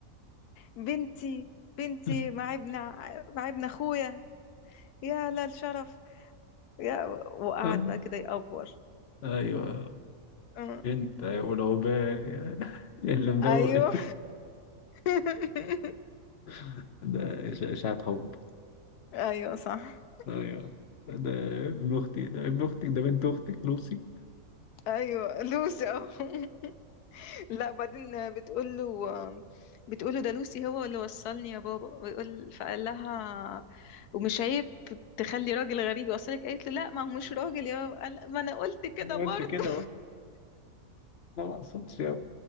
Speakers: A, on the left (about 85°); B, on the left (about 55°).
A: بنتي بنتي
B: <laughs>
A: مع ابن ع- مع ابن اخويا يا لا الشرف يا وقعد
B: أي-
A: بقى كده يأفور
B: أيوة
A: أه.
B: أنت يا أولى وبال <laughs> اللي مدوخ
A: ايوه <laughs>
B: <laughs> ده إش- إشاعة حب
A: ايوه صح
B: أيوة ده ابن أختي ده ابن أختك ده بنت أختك لوسي
A: ايوه لوسي أهو. <laughs> لا بعدين بتقول له بتقول له ده لوسي هو اللي وصلني يا بابا ويقول فقال لها ومش عيب تخلي راجل غريب يوصلك قالت له لا ما هو مش
B: <laughs>
A: راجل يا بابا قال ما انا قلت كده
B: أنا
A: برضه
B: قلت كده أهو. ما مقصودش يا